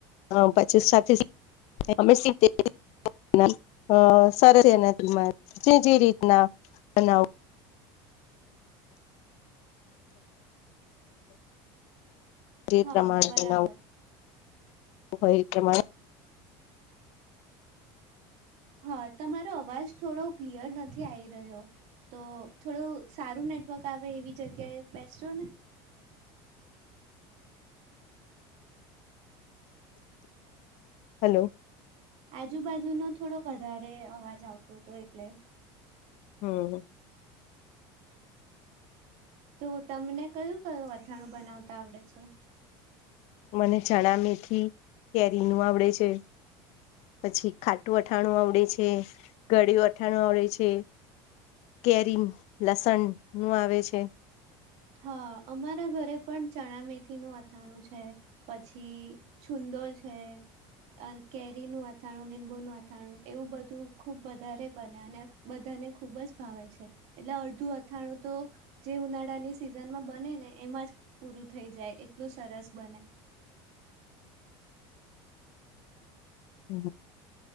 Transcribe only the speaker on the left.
હ પછી સાથે સરસ છે એનારે જે જે રીતના બનાવ જે
પ્રમાણે
બનાવ હોય કેમાં
હલો.
હમ.
મને જણ મી કેરી નું આવડે છે પછી ખાટું અઠાણું આવડે છે ગળિયુ અઠાણું આવડે છે કેરી લસણ નું આવે છે.
હ